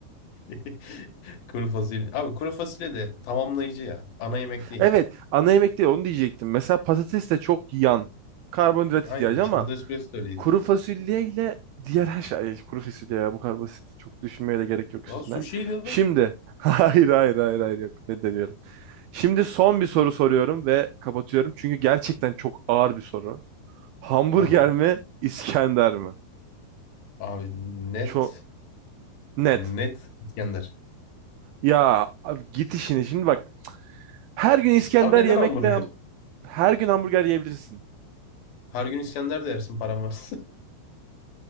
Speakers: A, on the left (about 65°); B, on the right (about 85°).
A: <laughs> Kuru fasulye. Abi kuru fasulye de tamamlayıcı ya. Ana yemek değil.
B: Evet ana yemek değil onu diyecektim. Mesela patates de çok yan. Karbonhidrat
A: Aynen.
B: ihtiyacı
A: İşte
B: ama
A: patates püresi de öyleydi.
B: kuru fasulye ile diğer her şey. Ay, Kuru fasulye ya bu kadar basit. Çok düşünmeye de gerek yok
A: Lan
B: üstüne.
A: sushi'ydi
B: Şimdi
A: lan.
B: <laughs> hayır hayır hayır hayır yok reddediyorum. Şimdi son bir soru soruyorum ve kapatıyorum. Çünkü gerçekten çok ağır bir soru. Hamburger
A: Tamam.
B: mi İskender mi?
A: Abi net.
B: Çok net.
A: Net İskender.
B: Ya abi git işine şimdi bak. Her gün İskender
A: Abi neden
B: yemekle
A: hamburger?
B: her gün hamburger yiyebilirsin.
A: Her gün İskender de yersin param varsa.